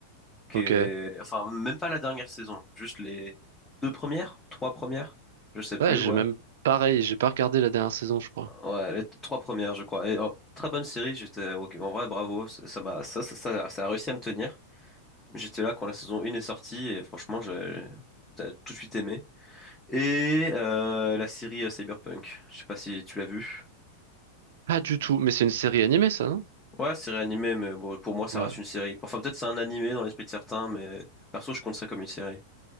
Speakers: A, on the left; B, on the right.
A: qui
B: Ok.
A: est... Enfin, même pas la dernière saison, juste les deux premières, trois premières, je sais plus,
B: Ouais, j'ai
A: ouais.
B: même pareil, j'ai pas regardé la dernière saison, je crois.
A: Ouais, les t- trois premières, je crois. Et, oh, très bonne série, j'étais... ok, en vrai, bravo, ça ça m'a... Ça, ça, ça, ça a réussi à me tenir. J'étais là quand la saison 1 est sortie et franchement, j'ai t'as tout de suite aimé. Et euh, la série euh, Cyberpunk, je sais pas si tu l'as vue.
B: Pas du tout, mais c'est une série animée, ça, non?
A: Ouais, c'est réanimé, mais bon, pour moi, ça
B: Ouais,
A: reste une série. Enfin, peut-être c'est un animé dans l'esprit de certains, mais perso, je compte ça comme une série.